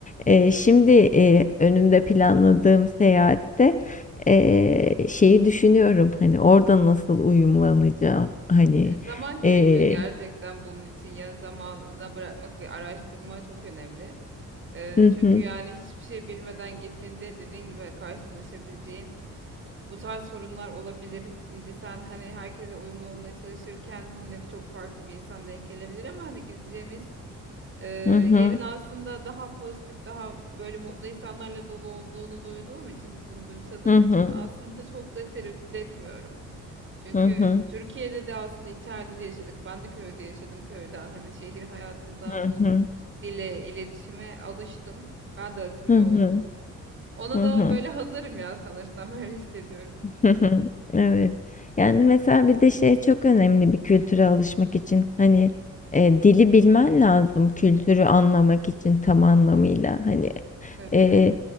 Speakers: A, on the left (about 25°); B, on the right (about 40°).
A: e, şimdi e, önümde planladığım seyahatte e, şeyi düşünüyorum hani orada nasıl uyumlanacağım hani
B: Evet, zaman gerekiyor
A: e,
B: gerçekten bunun için. Ya zamana bırakmak ve araştırma çok önemli. Ee,
A: hı
B: çünkü
A: hı
B: yani hiçbir şey bilmeden gittiğinde dediğin gibi karşılaşabileceğin bu tarz sorunlar olabilir. Şimdi sen hani herkese uyumlu olmaya çalışırken hani çok farklı bir insan denk gelebilir ama hani gideceğimiz e,
A: hı hı
B: yerin aslında daha pozitif, daha böyle mutlu insanlarla dolu olduğunu duyduğum için, bunu duyumsadığım
A: hı hı.
B: için aslında çok da tereddüt etmiyorum. Çünkü
A: Hı hı.
B: Türkiye'de de aslında içeride de yaşadık. Ben de köyde yaşadım köyden. Hani şehir hayatında
A: Hı
B: bu
A: hı.
B: dile, iletişime alıştım. Ben de asimile
A: Hı hı.
B: oldum. Ona
A: Hı
B: da
A: hı.
B: böyle hazırım ya sanırsam <laughs> öyle hissediyorum.
A: <laughs> Evet. Yani mesela bir de şey çok önemli bir kültüre alışmak için. Hani e, dili bilmen lazım kültürü anlamak için tam anlamıyla.
B: Hı hı.
A: Hani
B: Tabii.
A: e,